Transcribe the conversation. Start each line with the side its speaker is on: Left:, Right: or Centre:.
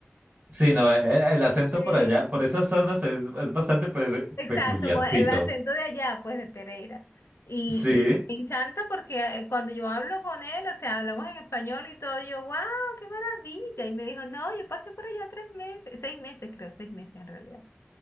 Right: sí, no, e- e- el acento
Left: Sí.
Right: por allá, por esas zonas es, es bastante pe-
Left: Exacto,
Right: peculiarcito.
Left: con el acento de allá, pues de Pereira. Y,
Right: Sí.
Left: y me encanta porque eh, cuando yo hablo con él, o sea, hablamos en español y todo, yo, wow, qué maravilla. Y me dijo, no, yo pasé por allá tres meses, seis meses creo, seis meses en realidad.